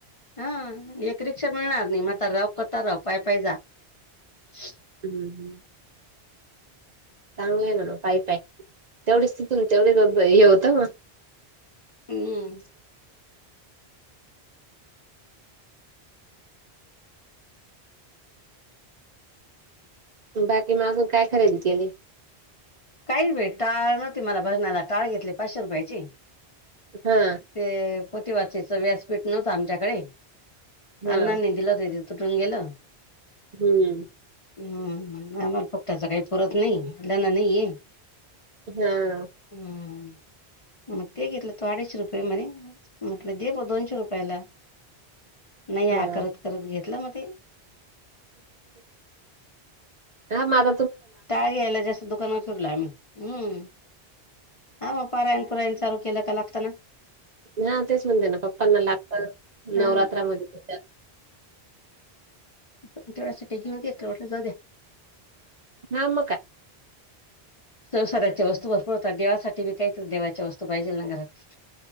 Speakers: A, on the left; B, on the right.
A: हा, एक रिक्षा मिळणार नाही. मत रावं, पत रावं, पाय पाय जां. <unintelligible>
B: हम्म, हम्म. चांगलं आहे ना मग पाय पाय तेवढेच तुमच तेवढेच हे होतं मग
A: हम्म.
B: बाकी मग अजून काय खरेदी केली.
A: काय भी भेटत, टाळ नव्हती मला भजनाला, टाळ घेतली पाचशे रुपयांची.
B: हां.
A: ते पोती वाचाचं व्यासपीठ नव्हतं आमच्याकडे,
B: हा
A: आण्णांनी. दिलं ते ते तुटून गेलं.
B: हम्म...
A: हम्म, आम्हाला फुकटाच काय पुरत नाही. त्यांना नाही यें.
B: हां..
A: हम्म.. मग ते घेतलं तो अडीचशे रुपये म्हणे म्हटलं दे ब दोनशे रुपयाला नाही या
B: हा.
A: करत करत घेतलं मग ते
B: ह माझ
A: ताळ यायला जास्त दुकानावर फिरला आम्ही हम्म हा मग परायण पुरायण चालू केलं का लागतना
B: हा तेच म्हणते ना, पप्पांना लागत
A: हा
B: नवरात्रमध्ये.
A: तेवढ्याासाठी घेऊ घेतलं वाढत, जाऊ द्या.
B: हां मग काय.
A: संसाराच्या वस्तू भरपूर होतात. देवासाठी भी काहीतरी देवाच्या वस्तू पाहिजे ना घरांत.